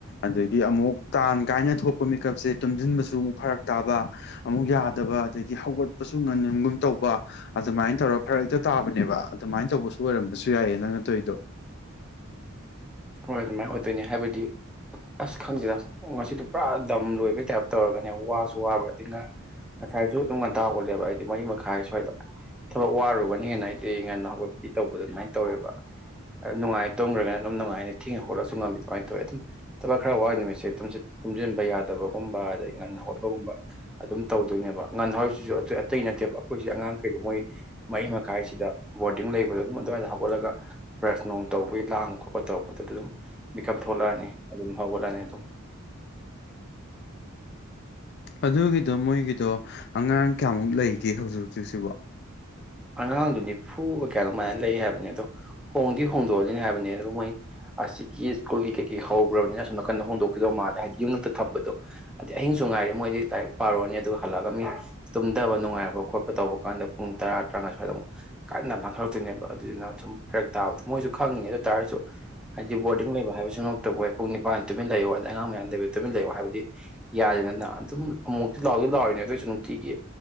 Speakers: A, on the left; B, in the centre.
A: ꯑꯗꯒꯤ ꯑꯃꯨꯛ ꯇꯥꯟ ꯀꯥꯏꯅ ꯊꯣꯛꯄ ꯃꯦꯀꯞꯁꯦ ꯇꯨꯝꯁꯤꯟꯕꯁꯨ ꯑꯃꯨꯛ ꯐꯔꯛ ꯇꯥꯕ ꯑꯃꯨꯛ ꯌꯥꯗꯕ ꯑꯗꯒꯤ ꯍꯧꯒꯠꯄꯁꯨ ꯉꯟꯟꯒꯨꯝ ꯇꯧꯕ ꯑꯗꯨꯃꯥꯏꯅ ꯇꯧꯔꯒ ꯐꯔ ꯍꯛꯇ ꯇꯥꯕꯅꯦꯕ ꯑꯗꯨꯃꯥꯏꯅ ꯇꯧꯕꯁꯨ ꯑꯣꯏꯔꯝꯕꯁꯨ ꯌꯥꯏꯑ ꯅꯪ ꯑꯇꯏꯗꯣ
B: ꯍꯣꯏ ꯑꯗꯨꯃꯥꯏꯅ ꯑꯣꯏꯗꯣꯏꯅꯦ ꯍꯥꯏꯕꯗꯤ ꯑꯁ ꯈꯪꯁꯤꯗ ꯉꯁꯤꯗꯣ ꯄꯨꯔꯥ ꯗꯝ ꯂꯣꯏꯕꯩ ꯇꯥꯏꯞ ꯇꯧꯔꯒꯅꯦ ꯋꯥꯁꯨ ꯋꯥꯔꯒꯗꯤ ꯉ ꯉꯁꯥꯏꯁꯨ ꯑꯗꯨꯝ ꯉꯟꯇꯥ ꯑꯣꯜꯂꯦꯕ ꯑꯩꯗꯤ ꯃꯔꯤ ꯃꯈꯥꯏ ꯁ꯭ꯋꯥꯏꯗ ꯊꯕꯛ ꯋꯥꯔꯨꯕꯅ ꯍꯦꯟꯅ ꯑꯩꯗꯤ ꯉꯟꯅ ꯍꯧꯒꯠꯄꯤ ꯇꯧꯕꯗ ꯑꯗꯨꯃꯥꯏꯅ ꯇꯧꯋꯦꯕ ꯅꯨꯡꯉꯥꯏ ꯇꯧꯈ꯭ꯔꯒꯅ ꯑꯗꯨꯝ ꯅꯨꯡꯉꯥꯏꯅ ꯑꯊꯦꯡꯅ ꯍꯧꯒꯠꯂꯁꯨ ꯉꯝꯕꯤ ꯑꯗꯨꯃꯥꯏꯅ ꯇꯧꯋꯦ ꯑꯗꯨꯝ ꯊꯕꯛ ꯈꯔ ꯋꯥ ꯅꯨꯃꯤꯠꯁꯦ ꯇꯨꯝꯁꯤꯟꯕ ꯌꯥꯗꯕꯒꯨꯝꯕ ꯑꯗꯗꯒꯤ ꯉꯟꯅ ꯍꯧꯒꯠꯄꯒꯨꯝꯕ ꯑꯗꯨꯝ ꯇꯧꯗꯣꯏꯅꯦꯕ ꯉꯟꯅ ꯍꯧꯔꯤꯁꯤꯁꯨ ꯑ ꯑꯇꯩ ꯅꯠꯇꯦꯕ ꯑꯩꯈꯣꯏꯁꯦ ꯑꯉꯥꯡꯈꯩꯗꯣ ꯃꯣꯏ ꯃꯍꯔꯤ ꯃꯈꯥꯏꯁꯤꯗ ꯕꯣꯔꯗꯤꯡ ꯂꯩꯕꯗꯣ ꯑꯗꯨꯝ ꯑꯗꯨꯋꯥꯏꯗ ꯍꯧꯒꯠꯂꯒ ꯕ꯭ꯔꯁ ꯅꯨꯡ ꯇꯧꯕꯒꯤ ꯂꯥꯡꯕ ꯈꯣꯠꯄ ꯇꯧꯔꯛꯄ ꯑꯗꯨꯝ ꯃꯤꯀꯞ ꯊꯣꯛꯂꯛꯑꯅꯤ ꯑꯗꯨꯝ ꯍꯧꯒꯠꯂꯛꯅꯤ ꯑꯗꯨꯝ
A: ꯑꯗꯨꯒꯤꯗꯣ ꯃꯣꯏꯒꯤꯗꯣ ꯑꯉꯥꯡ ꯀꯌꯥꯃꯨꯛ ꯂꯩꯒꯦ ꯍꯧꯖꯤꯛ ꯍꯧꯖꯤꯛꯁꯤꯕꯣ
B: ꯑꯉꯥꯡꯗꯨ ꯅꯤꯐꯨꯒ ꯀꯌꯥ ꯑꯗꯨꯃꯥꯏꯅ ꯂꯩ ꯍꯥꯏꯕꯅꯦ ꯑꯗꯣ ꯍꯣꯡꯗꯤ ꯍꯣꯡꯗꯣꯛꯑꯗꯤꯅꯤ ꯍꯥꯏꯕꯅꯤ ꯑꯗꯣ ꯃꯣꯏ ꯑꯁꯤꯒꯤ ꯁ꯭ꯀꯨꯜꯒꯤ ꯀꯩꯀꯩ ꯍꯧꯈ꯭ꯔꯕꯅꯤꯅ ꯑ ꯁꯣ ꯅꯥꯀꯟꯗ ꯍꯣꯡꯗꯣꯛꯈꯤꯗꯧ ꯃꯥꯜꯂꯦ ꯍꯥꯏꯗꯤ ꯌꯨꯝꯂꯛꯇ ꯊꯝꯕꯗꯣ ꯍꯥꯏꯗꯤ ꯑꯍꯤꯡꯁꯨ ꯉꯥꯏꯔꯤ ꯃꯣꯏꯗꯤ ꯂꯥꯏꯔꯤꯛ ꯄꯥꯔꯨꯔꯅꯤ ꯑꯗꯨꯒ ꯍꯜꯂꯛꯑꯒ ꯃꯤ ꯇꯨꯝꯗꯕ ꯅꯨꯡꯉꯥꯏꯕ ꯈꯣꯠꯄ ꯇꯧꯕ ꯀꯥꯟꯗ ꯄꯨꯡ ꯇꯔꯥ ꯇꯔꯥꯉ ꯁ꯭ꯋꯥꯏꯗ ꯑꯃꯨꯛ ꯀꯟꯅ ꯂꯥꯡꯈꯠꯂꯛꯇꯣꯏꯅꯦꯕ ꯑꯗꯨꯗꯨꯅ ꯑꯗꯨꯝ ꯐꯤꯔꯛ ꯇꯥꯕꯗꯣ ꯃꯣꯏꯁꯨ ꯈꯪꯉꯤꯅꯦ ꯑꯗꯨ ꯑꯣꯏ ꯇꯥꯔꯁꯨ ꯍꯥꯏꯗꯤ ꯕꯣꯔꯗꯤꯡ ꯂꯩꯕ ꯍꯥꯏꯕꯁꯨ ꯉꯃꯛꯇꯕꯕꯨ ꯍꯣꯏ ꯄꯨꯡ ꯅꯤꯄꯥꯟꯗ ꯇꯨꯃꯤꯟ ꯂꯩꯌꯣ ꯑꯗꯩ ꯑꯉꯥꯡ ꯃꯌꯥꯝ ꯂꯩꯕ ꯇꯨꯃꯤꯟ ꯂꯩꯌꯣ ꯍꯥꯏꯕꯗꯤ ꯌꯥꯗꯦꯗꯅ ꯑꯗꯨꯝ ꯑꯃꯨꯛꯇꯤ ꯂꯥꯎꯗꯤ ꯂꯥꯎꯔꯤꯅꯦ ꯑꯗꯨꯑꯣꯏꯁꯨ ꯅꯨꯡꯇꯤꯒꯤ